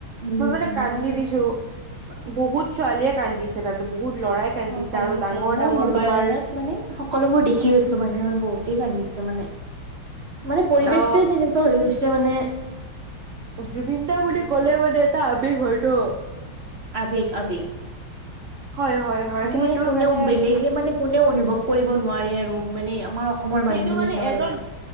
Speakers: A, on the right; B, on the right.
A: উম
B: মই মানে
A: উম
B: কান্দি
A: সেই
B: দিছো, বহুত ছোৱালীয়ে কান্দিছ- সেইডাল বহুত। ল'ৰাই
A: অ কান্দিছে,
B: আৰু ডাঙৰ
A: মই
B: ডাঙৰ
A: মোবাইলত
B: তোমাৰ
A: মানে সকলোবোৰ দেখি আছো মানে মই বহুতেই কান্দিছে। কিছুমানে। মানে পৰিৱেশটোৱে
B: অ
A: তেনেকুৱা হৈ গৈছে মানে।
B: জুবিনদা
A: তেনেকুৱা
B: বুলি ক'লে
A: আৰু
B: মানে এটা আৱেগ হয়। টো।
A: আবেগ আবেগ
B: হয় হয় হয়
A: সেইটো
B: সেইটোৰ
A: মানে কোনেও
B: কাৰণে
A: বেলেগে
B: আৰু
A: মানে কোনেও অনুভৱ কৰিব নোৱাৰে আৰু মানে আমাৰ অসমৰ
B: সেইটো
A: মানুহখিনিৰ
B: মানে
A: দৰে
B: এজন,